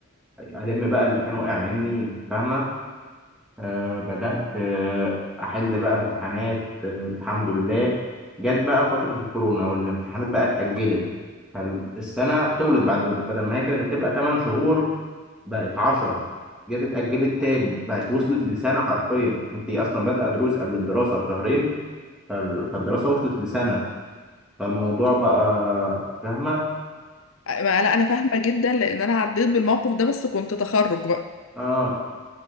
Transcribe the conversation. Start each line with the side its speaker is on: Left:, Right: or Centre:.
Centre: الم بقى اللي كان واقع مني انت فاهمه آه بدات آه احل بقى امتحانات آه الحمد لله جت بقى فتره الكورونا والامتحانات بقى اتاجلت فالسنه طولت بعد بدل ما هي كانت هتبقى 8 شهور بقت 10 جت اتاجلت تاني بقت وصلت لسنه حرفيا انت اصلا بادئه دروس قبل الدراسه بشهرين فال- فالدراسه وصلت لسنه فالموضوع بقى فاهمه
Left: ما- لا انا فاهمه جدا لان انا عديت بالموقف ده بس كنت تخرج بقى
Centre: اه